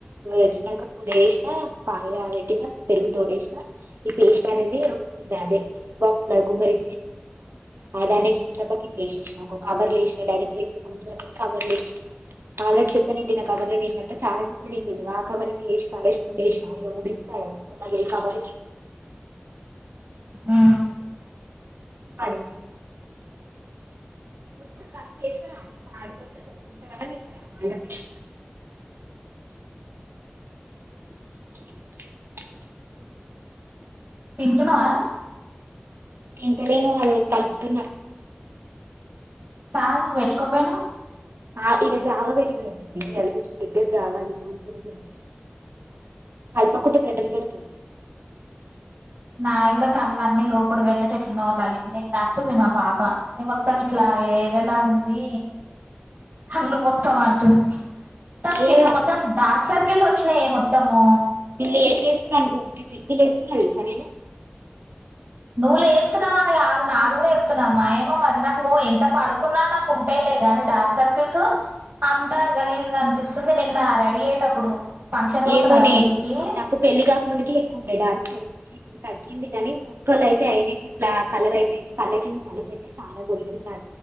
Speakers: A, on the right; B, on the right.
A: ఇ వచ్చినాక పూజ చేసినా పాలు పెట్టిన పెరుగు తోడ వేసినా ఈ పేస్ట్ అనేది టిఫిన్ బాక్స్ లాగ మరి కవర్ డైరెక్ట్ గుర్తు కవర్ లేసి
B: <unintelligible>
A: ఆల్రెడీ చెప్ప నిండి నా కవర్లు నీలాంత తా చాల చెత్త నిండింది ఆ కవర్ని వేేూ వేసిిన ఇడి ఇస్త వే కాబర
B: ఆ
A: సడి <inaudible> <unintelligible>
B: తింటున్నావా?
A: తిన్తలేను అది తపుతున్నా
B: కాదు నువ్వు పెట్టుకోపోయినువ్
A: ఆ ఇక్కడ జామ పెటి అయితుంది అది కొంచెం దగ్గర కావాలి రోజు రోజు ఉంది కల్ప కుట గెడలు గడుతుంది
B: నాయ కూడా కూడా కళ్ళల అన్ని లోపడు పోయినట్టు ఎట్లా నో నిన్ను అంటుంది మా పాప మొత్తం ఇట్లా ఏదలా ఉంది కళ్ళు హ స్తాం అంటుంది మొత్తం
A: ఏ
B: కింద మొత్తం డార్క్ సర్కిల్స్ వచ్చినాయ మొత్తము
A: లేట్ లేసినం వస్తున్నారు అనుకో జి లే వేస్తున్నా తెలుసా నేను
B: నువ్వు లేస్తున్నావ అని కాదు నాది కూడా చెప్తున్నామా ఏమో మరి నాకు నువ్వు ఎంత పడుకున్నా నాకు ఉంటే గాని డార్క్ సర్కిల్స్ అంతా గలీజుగా అనిపిస్తుంది నిన్న రెడీ అయ్యేటప్పుడు ఫంక్షన్ పోతున్నాగా
A: ఏమోనే
B: పెళ్ళికి
A: నాకు పెళ్లి కాకముందుక ఎక్కువ ఉండే డాన్ల్ ఇ ఇప్పుడు తగ్గింది గాని బుక్కలు అయితే అయినాయి ఇట్లా కలర్ అయితే అయినా కళ కింద నలుపుైతే చాలా పోయింది.